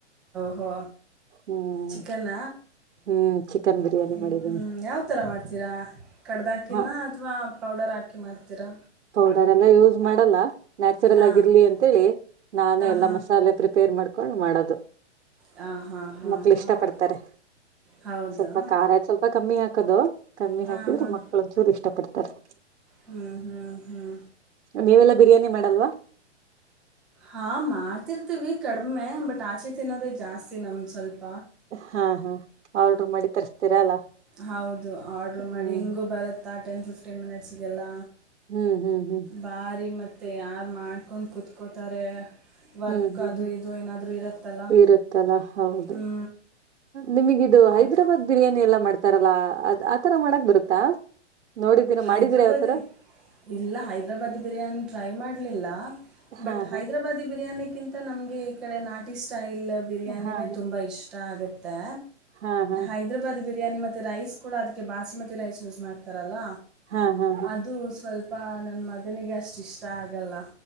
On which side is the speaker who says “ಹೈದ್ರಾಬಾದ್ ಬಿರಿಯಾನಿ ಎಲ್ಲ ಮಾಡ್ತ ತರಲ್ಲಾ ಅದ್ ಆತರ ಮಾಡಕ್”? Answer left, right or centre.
Right